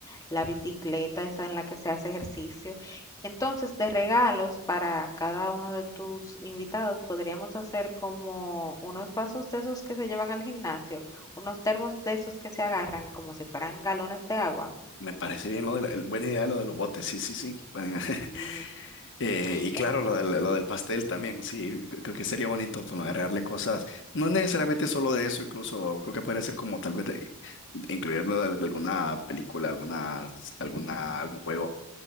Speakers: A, on the left (about 15°); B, on the left (about 60°).
A: la bicicleta, esa en la que se hace ejercicio. Entonces, de regalos para cada uno de tus invitados, podríamos hacer como unos vasos de esos que se llevan al gimnasio, unos termos de esos que se agarran como si fueran galones de agua.
B: Me parece bien lo de la- el- buena idea lo de los botes, sí, sí, sí. Pueden- <laughs>
A: Sí.
B: Eh, y claro,
A: En-
B: lo del, lo del pastel también, sí, cre- creo que sería bonito pues, agregarle cosas, no necesariamente solo de eso, incluso creo que podría ser como tal vez de, de incluirlo de, de alguna película, alguna, alguna, algún juego